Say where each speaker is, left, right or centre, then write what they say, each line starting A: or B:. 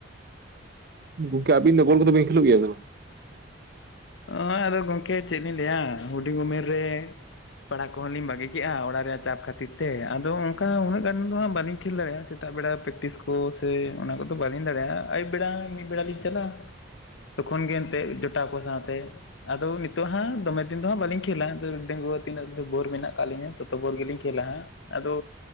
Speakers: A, on the right; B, on the left.
A: ᱜᱚᱝᱠᱮ ᱟᱵᱤᱱ ᱫᱚ ᱵᱚᱞ ᱠᱚᱫᱚ ᱵᱤᱱ ᱠᱷᱮᱞᱳᱜ ᱜᱮᱭᱟ ᱥᱮ ᱵᱟᱝ?
B: ᱦᱚᱜᱼᱚᱭ ᱟᱫᱚ ᱜᱚᱝᱠᱮ ᱪᱮᱫ ᱞᱤᱧ ᱞᱟᱹᱭᱼᱟ᱾ ᱦᱩᱰᱤᱝ ᱩᱢᱮᱨ ᱨᱮ ᱯᱟᱲᱦᱟᱜ ᱠᱚᱦᱚᱸ ᱞᱤᱧ ᱵᱟᱹᱜᱤ ᱠᱮᱫᱮᱜᱼᱟ ᱚᱲᱟᱜ ᱨᱮᱭᱟᱜ ᱪᱟᱯ ᱠᱷᱟᱹᱛᱤᱨ ᱛᱮ, ᱟᱫᱚ ᱚᱱᱠᱟ ᱩᱱᱟᱹᱜ ᱜᱟᱱ ᱫᱚ ᱦᱟᱸᱜ ᱵᱟᱹᱞᱤᱧ ᱠᱷᱮᱞ ᱫᱟᱲᱮᱭᱟᱜᱼᱟ᱾ ᱛᱟᱜ ᱵᱮᱲᱟ ᱯᱮᱠᱴᱤᱥ ᱠᱚ ᱥᱮ ᱚᱱᱟ ᱠᱚᱫᱚ ᱵᱟᱹᱞᱤᱧ ᱫᱟᱲᱮᱭᱟᱜᱼᱟ, ᱟᱹᱭᱩᱵ ᱵᱮᱲᱟ ᱢᱤᱫ ᱵᱮᱲᱟ ᱞᱤᱧ ᱪᱟᱞᱟᱜᱼᱟ᱾ ᱛᱚ ᱠᱷᱚᱱ ᱜᱮ ᱮᱱᱛᱮ ᱡᱚᱴᱟᱠᱚ ᱥᱟᱶ ᱥᱟᱶᱛᱮ᱾ ᱟᱫᱚ ᱱᱤᱛᱚᱜ ᱦᱟᱸᱜ ᱫᱚᱢᱮ ᱫᱤᱱ ᱫᱚ ᱦᱟᱸᱜ ᱵᱟᱞᱤᱧ ᱠᱷᱮᱞᱟ ᱰᱮᱜᱩᱣᱟᱹ ᱛᱤᱱᱟᱹᱜ ᱫᱚ ᱵᱳᱨ ᱢᱮᱱᱟᱜ ᱟᱠᱟᱫ ᱞᱤᱧᱟᱹ ᱛᱚ ᱵᱷᱳ ᱜᱮᱞᱤᱧ ᱠᱷᱮᱹᱞᱟ ᱦᱟᱸᱜ᱾ ᱟᱫᱚ